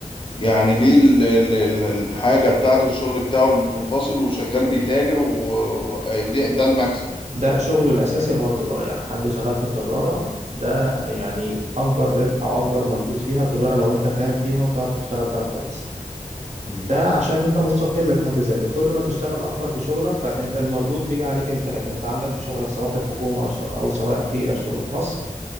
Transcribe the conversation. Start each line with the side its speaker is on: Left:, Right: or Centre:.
Left: يعني ليه ال- ال- ال- الحاجة بتاعته الشغل بتاعه المنفصل وشغال بيتاجر وده ده المكسب
Right: ده شغله الأساسي هو التجارة يعني حد شغال في التجارة ده يعني أكبر ربح أو أكبر مردود فيها التجارة لو أنت فاهم فيها وبتعرف تشتغل فيها كويس
Left: مم.
Right: ده عشان انت مستقل بحد ذاته كل ما تشتغل اكتر في شغلك فانت المردود بيجي عليك انت لكن انت عندك في شغلك سواء في الحكومة او شو- او سواء في شغل خاص